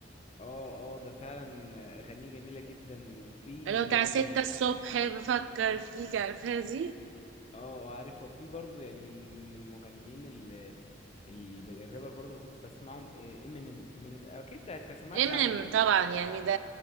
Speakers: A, on the left; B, on the right.
A: اه اه ده فعلا اغانيه جميلة جدا وفي
B: لو بتاع
A: يعني
B: ستة الصبح بفكر فيك عارفها دي
A: اه عارف وفي برضو يعني من من المغنيين اللي الرابر برضو اللي كنت بسمعهم امينيم امينيم اكيد انت إنت سمعت
B: امينيم
A: عنه يعني
B: طبعا يعني ده